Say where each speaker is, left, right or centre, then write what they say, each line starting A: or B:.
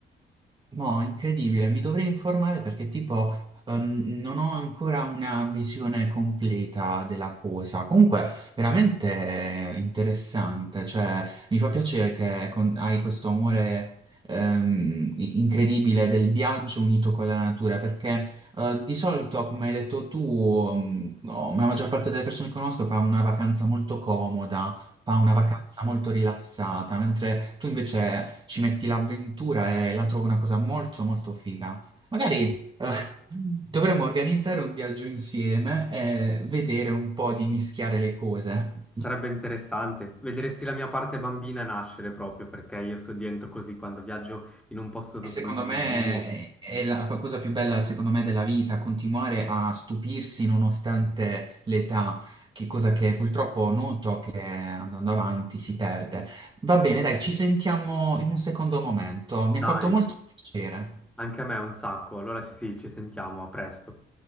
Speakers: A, on the right (about 25°); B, in the centre.
A: No, incredibile, mi dovrei informare perché tipo ehm, non ho ancora una visione completa della cosa. Comunque, veramente interessante, cioè mi fa piacere che con- hai questo amore ehm, i- incredibile del viaggio unito con la natura, perché eh, di solito, come hai detto tu, ehm, no, la maggior parte delle persone che conosco fa una vacanza molto comoda, fa una vacanza molto rilassata, mentre tu invece ci metti l'avventura e la trovo una cosa molto molto figa. Magari eh, dovremmo organizzare un viaggio insieme e vedere un po' di mischiare le cose.
B: Sarebbe interessante. Vedresti la mia parte bambina nascere proprio perché io sto dentro così quando viaggio in un posto
A: E
B: totalmente
A: secondo me
B: nuovo.
A: è è la cosa più bella, secondo me, della vita, continuare a stupirsi nonostante l'età, che cosa che purtroppo noto che andando avanti si perde. Va bene, dai, ci sentiamo in un secondo momento. Mi
B: Dai,
A: ha fatto molto piacere.
B: anche a me è un sacco. Allora ci, sì, ci sentiamo, a presto.